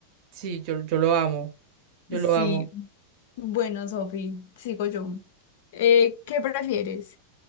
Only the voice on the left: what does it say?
Sí,
bueno, Sofi, sigo yo. Eh, ¿qué prefieres?